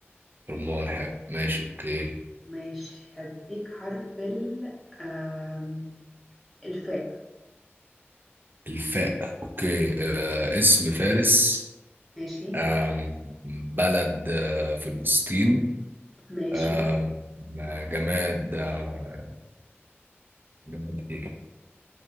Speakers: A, on the right; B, in the centre.
A: رمان حلو ماشي اوكي
B: ماشي هديك حرف ال آم، الفاء
A: الفاء اوكي آه. اسم فارس
B: ماشي
A: آه. بلد آه. فلسطين
B: ماشي
A: آه. جماد آه. جماد ايه